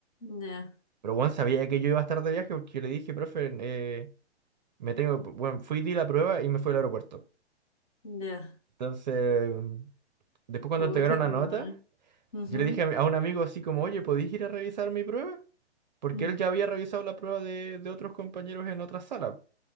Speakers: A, on the left; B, on the right.
A: ya,
B: Pero weón sabía que yo iba a estar de viaje porque yo le dije, profe, eh, me tengo. Bueno, fui, di la prueba y me fui al aeropuerto.
A: ya.
B: Entonces, después cuando
A: Pucha,
B: entregaron
A: qué
B: la nota.
A: mal. Ujú,
B: Yo le dije a, mi- a un amigo así como, oye, ¿podéis ir a revisar mi prueba? Porque
A: mm,
B: él ya había revisado la prueba de, de otros compañeros en otra sala.